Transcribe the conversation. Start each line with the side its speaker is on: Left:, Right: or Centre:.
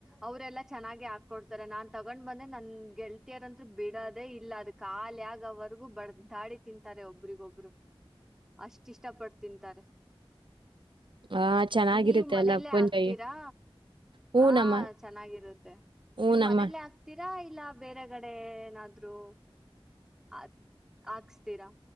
Centre: ಅವರೆೆಲ್ಲಾ ಚೆನ್ನಾಗಿ ಹಾಕೊಡ್ತಾರೆ ನಾನ್ ತಗೊಂಡ್ ಬಂದೆ ನನ್ ಗೆಳ್ತಿಯರಂತ್ರ ಬಿಡೋದೇ ಇಲ್ಲ ಅದಕ್ ಖಾಲಿಗವರೆಗೂ ಬಡ್ದಾಡಿ ತಿಂತಾರೆ ಒಬ್ರಿಗೊಬ್ರು ಅಷ್ಟ ಇಷ್ಟಪಡ್ ತಿಂತಾರೆ
Right: ಆ ಚೆನ್ನಾಗಿರುತ್ತೆ
Centre: ನೀವ್ ಮನೇಲ್ಲೇ
Right: ಅಲ್ಲ ಉಪ್ಪಿನಕಾಯಿ
Centre: ಆಕ್ತೀರಾ
Right: ಹೂ
Centre: ಹ
Right: ನಮ್ಮ
Centre: ಚೆನ್ನಾಗಿರುತ್ತೆ
Right: ಹೂ
Centre: ನೀವ್
Right: ನಮ್ಮ
Centre: ಮನೇಲ್ಲೇ ಆಕ್ತೀರಾ ಇಲ್ಲ ಬೇರೆಗಡೆ ಏನಾದ್ರು ಆ ಆ ತರಹ